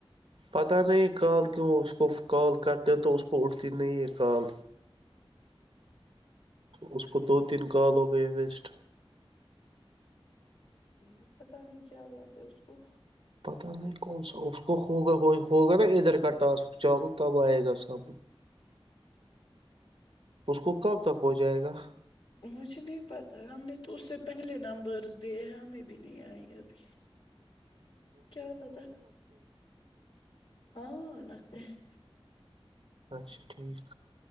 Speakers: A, on the right (about 65°); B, on the left (about 65°).
A: پتہ نہیں کال کیوں اس کو کال کرتے تو اس کو اٹھتی نہیں ہے کال اس
B: اچھا
A: کو دو تین
B: ٹھیک
A: کال ہو گیے ویسٹ
B: نہیں پتا نہیں کیا بات ہے اس کو
A: پتہ نہیں کون سا اس کو ہوگا ہوگا نا ادھر کا ٹاسک چالو تب آئے گا سم اس کو کب تک ہو جائے گا
B: مجھے نہیں پتہ ہم نے تو اس سے پہلے نمبرز دیے ہمیں بھی نہیں آئے ابھی
A: ہ <inaudible> <inaudible>
B: کیا پتہ ہاں لگتے ہیں
A: اچھا ٹھیک